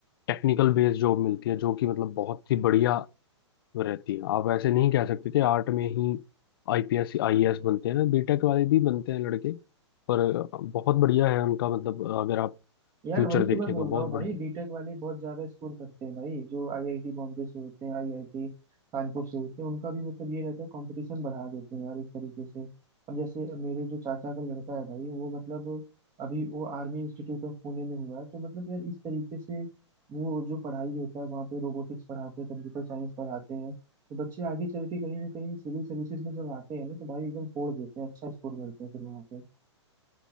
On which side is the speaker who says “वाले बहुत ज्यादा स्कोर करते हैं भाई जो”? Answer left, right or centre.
Right